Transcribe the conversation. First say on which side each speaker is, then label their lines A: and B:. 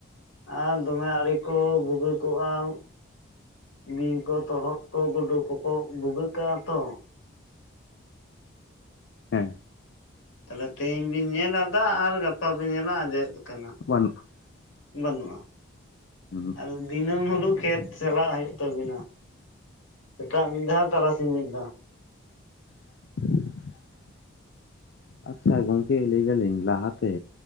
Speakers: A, on the left; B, on the left.
A: ᱟᱨ ᱫᱚᱢᱮ ᱟᱲᱮ ᱠᱚ ᱵᱷᱩᱜᱤ ᱠᱚᱜᱼᱟ ᱾ ᱵᱤᱧ ᱠᱚ ᱛᱚᱨᱚᱫ ᱠᱚ ᱜᱩᱰᱩ ᱠᱚᱠᱚ ᱵᱷᱩᱜᱟᱹᱜ ᱠᱟᱜᱼᱟ ᱛᱚ ᱾
B: ᱦᱮᱸ
A: ᱛᱟᱦᱚᱞᱮ ᱵᱤᱱ ᱧᱮᱞ ᱫᱟᱜ ᱟᱨ ᱜᱟᱯᱟ ᱵᱤᱱ ᱧᱮᱞᱟ ᱟᱸᱡᱮᱫ ᱟᱠᱟᱱᱟ ᱾
B: <unintelligible>
A: ᱵᱟᱹᱱᱩᱜᱼᱟ ᱾
B: ᱦᱩᱸ
A: ᱟ ᱫᱤᱱᱟᱹᱢ ᱦᱤᱞᱳᱜ ᱠᱷᱮᱛ ᱪᱟᱞᱟᱜ ᱦᱩᱭᱩᱜ ᱛᱟᱵᱤᱱᱟ ᱾ ᱥᱮᱛᱟᱜ ᱢᱤᱫ ᱫᱷᱟᱣ ᱛᱟᱨᱟᱥᱤᱧ ᱢᱤᱫ ᱫᱷᱟᱣ ᱾
B: <unintelligible> ᱟᱪᱪᱷᱟ ᱜᱚᱝᱠᱮ ᱞᱟᱹᱭ ᱫᱟᱹᱞᱤᱧ ᱞᱟᱦᱟᱛᱮ